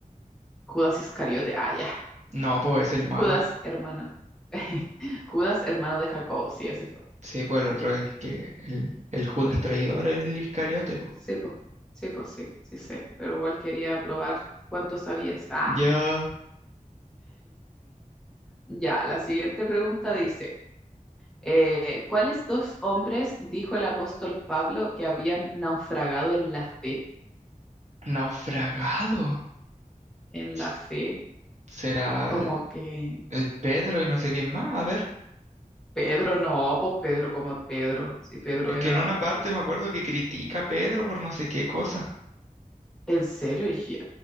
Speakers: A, in the centre; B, on the right.
A: Judas Iscariote. Ah, ya.
B: No, pues es el malo.
A: Judas hermana. <laughs> Judas hermano de Jacobo, sí, ese fue.
B: Sí, pues el otro es el que, el, el Judas traidor, el Iscariote, pues.
A: Sí, pues, sí, pues sí, sí sé, pero igual quería probar cuánto sabías. Ah.
B: Ya.
A: Ya, la siguiente pregunta dice, eh, ¿cuáles dos hombres dijo el apóstol Pablo que habían naufragado en la fe?
B: Naufragado.
A: En
B: S-
A: la fe,
B: ¿Será
A: como
B: el,
A: que
B: el Pedro y no sé quién más? A ver,
A: Pedro, no, pues Pedro, como Pedro, si Pedro
B: es
A: era,
B: que en una parte me acuerdo que critica a Pedro por no sé qué cosa.
A: ¿en serio ya?